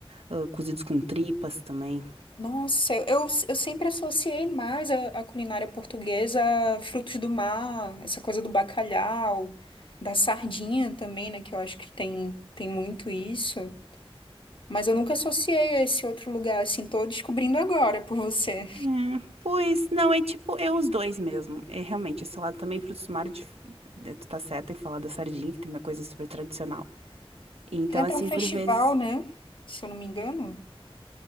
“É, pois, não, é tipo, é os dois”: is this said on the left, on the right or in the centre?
Right